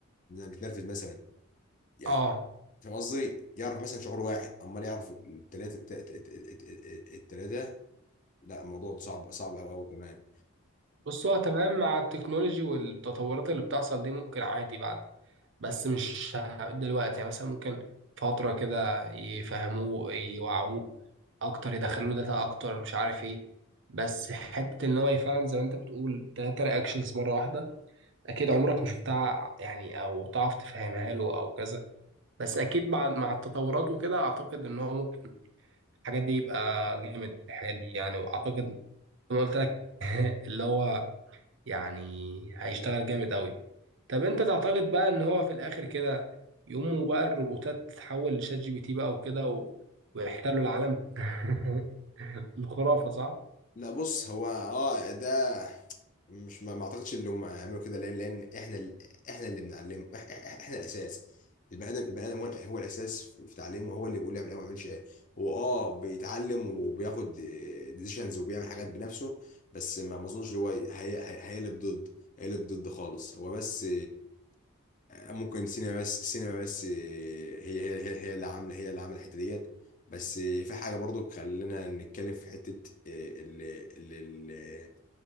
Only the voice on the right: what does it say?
اه
بص هو تمام مع التكنولوجي والتطورات اللي بتحصل دي ممكن عادي بعد بس مش دلوقتي يعني مثلا ممكن فترة كده يفهموه يوعوه أكتر يدخلوا له داتا أكتر مش عارف إيه بس حتة إن هو فعلا زي ما أنت بتقول تلاتة رياكشنز مرة واحدة أكيد عمرك ما شفتها يعني أو تعرف تفهمها له أو كذا بس أكيد مع مع التطورات وكده أعتقد إن هو ممكن الحاجات دي يبقى جامد في الحاجات دي يعني واعتقد زي ما قلت لك اللي هو يعني هيشتغل جامد قوي طب انت تعتقد بقى ان هو في الاخر كده يقوموا بقى الروبوتات تتحول لشات جي بي تي بقى وكده و... ويحتلوا العالم <laughs> الخرافة صح